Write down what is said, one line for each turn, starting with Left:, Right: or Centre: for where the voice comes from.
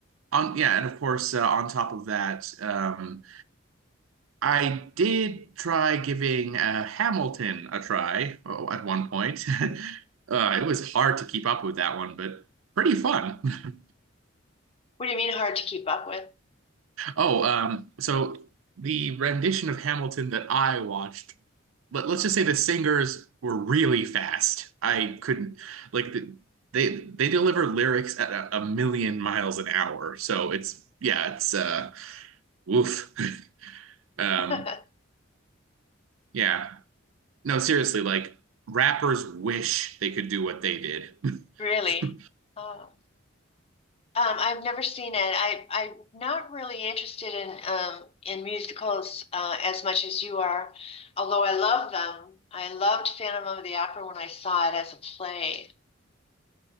Right: on, yeah, and of course, uh, on top of that, um, I did try giving uh, Hamilton a try oh, at one point. <laughs> Uh, it was hard to keep up with that one, but pretty fun. <laughs>
Left: What do you mean hard to keep up with?
Right: Oh, um, so the rendition of Hamilton that I watched, let, let's just say the singers were really fast. I couldn't like the, they they deliver lyrics at a, a million miles an hour. So it's yeah, it's uh, woof. <laughs> Um,
Left: <laughs>
Right: yeah. No, seriously, like rappers wish they could do what they did.
Left: Really?
Right: <laughs>
Left: Oh. Um, I've never seen it. I, I'm not really interested in um, in musicals uh, as much as you are, although I love them. I loved Phantom of the Opera when I saw it as a play,